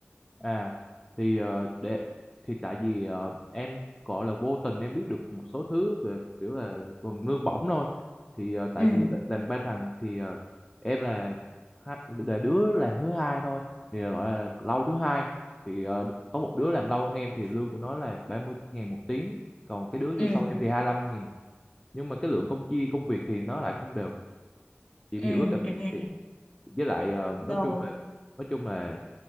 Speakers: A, on the left; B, on the left.
A: À thì ờ, để thì tại vì ờ, em gọi là vô tình em biết được một số thứ về kiểu là phần lương bổng thôi thì ờ, tại
B: ừ
A: vì là- làm ba thằng thì ờ, em là hai, là đứa làm thứ hai thôi thì ờ, gọi là, là lâu thứ hai thì ờ, có một đứa làm lâu hơn em thì lương của nó là 30 ngàn một tiếng còn cái đứa vô
B: ừ
A: sau em thì hai lăm nghìn nhưng mà cái lượng công chia công việc thì nó lại không đều chị
B: ừ
A: hiểu cái cảm
B: ừ ừ.
A: thì với lại ờ, nói
B: rồi
A: chung là nói chung là